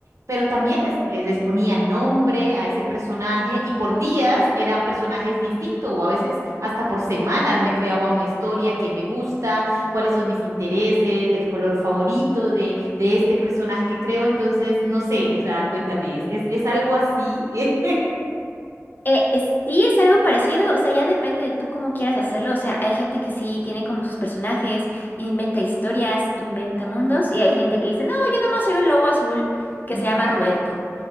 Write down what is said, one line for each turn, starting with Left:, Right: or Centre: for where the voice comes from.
Right: Pero también les, les, les ponía nombre a ese personaje y por días era personajes distintos o a veces hasta por semanas me creaba una historia que me gusta cuáles son mis intereses, el color favorito de, de este personaje que creo. Entonces, no sé, o sea, cuéntame, ¿es, es, es algo así? <laughs>
Left: Eh, es- sí, es algo parecido, o sea, ya depende de tú cómo quieras hacerlo, o sea, hay gente que sí tiene como sus personajes, inventa historias, inventa mundos, y hay gente que dice, no, yo nada más soy un lobo azul que
Right: Ujú,
Left: se llama Roberto,